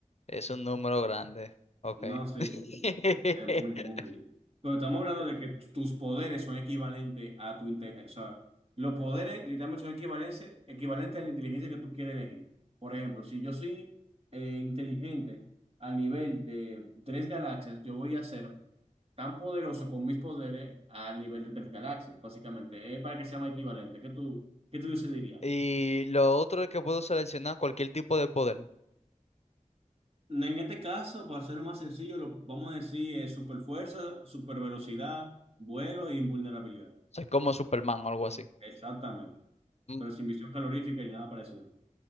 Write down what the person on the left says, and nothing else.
Es un número grande. Ok.
<laughs>
Y lo otro es que puedo seleccionar cualquier tipo de poder. O
sea, como Superman o algo así.
Mm,